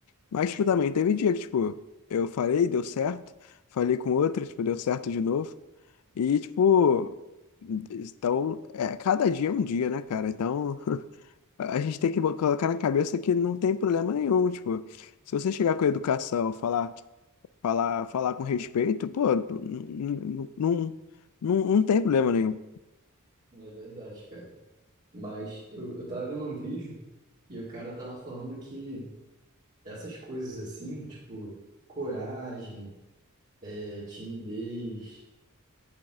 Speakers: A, on the left; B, on the right.
A: Mas, tipo, também teve dia que, tipo, eu falei, deu certo. Falei com outra, tipo, deu certo de novo. E, tipo, então, é, cada dia é um dia, né, cara? Então. A gente tem que bo- colocar na cabeça que não tem problema nenhum, tipo, se você chegar com a educação, falar, falar, falar com respeito, pô, não, não, não, não tem problema nenhum.
B: é verdade, cara. Mas eu, eu tava vendo um vídeo e o cara tava falando que. essas coisas assim, tipo coragem, é, timidez,